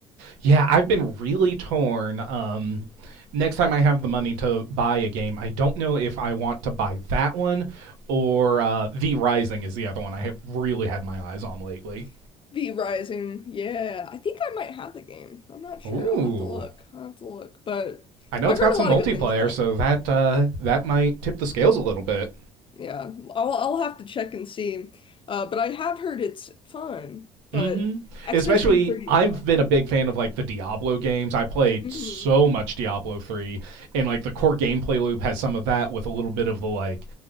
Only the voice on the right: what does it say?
Yeah, I've been really torn. Um, next time I have the money to buy a game, I don't know if I want to buy that one or uh, The Rising is the other one I have really had my eyes on lately.
Ooh,
I know
it's
got some
multiplayer,
so
that uh, that might tip the scales a little bit.
hmm
Especially,
I've
been a big fan of like the Diablo games. I played
so much Diablo three, and like the core gameplay loop has some of that with a little bit of the like